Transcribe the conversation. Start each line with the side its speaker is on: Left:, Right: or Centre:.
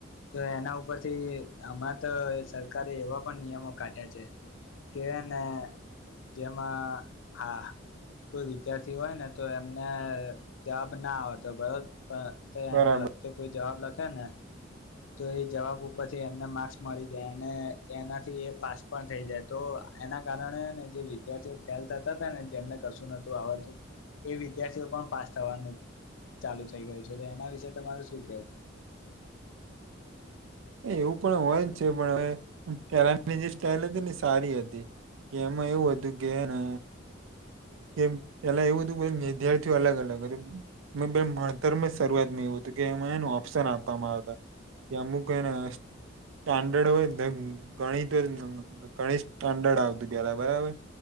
Left: તો એના ઉપરથી આમાં તો સરકારે એવા પણ નિયમો કાઢ્યા છે કે હેને જેમાં, હા. કોઈ વિદ્યાર્થી હોય ને તો એમને જવાબ ના આવડતો બરો પણ તો
Right: બરાબર
Left: એને લગતો કોઈ જવાબ લખે ને તો એ જવાબ ઉપ પછી એમને માક્સ મળી જાયને એનાથી એ પાસ પણ થઈ જાય તો એના કારણે હેને જે વિદ્યાર્થીઓ ફેલ થતાતા ને જેમને કશું નતું આવડતું, એ વિદ્યાર્થીઓ પણ પાસ થવાનું ચાલુ થઈ ગયું છે. તો એના વિશે તમારે શું કેવું?
Right: એવું પણ હોય જ છે. પણ હવે પેલાની જે સ્ટાઈલ હતીન એ સારી હતી. કે એમાં એવું હતું કે હે ને કે પેલા એવું હતું કે, વિદ્યાર્થીઓ અલગ-અલગ મે બે માણતરમાં શરૂઆતમાં એવું હ તો કે એમાં હે ન ઓપ્શન આપવામાં આવતા કે અમુક એને સ્ટાન્ડર્ડ હોય, ગણિત હોય, ગણિત સ્ટાન્ડર્ડ આવતું પેલા બરાબર.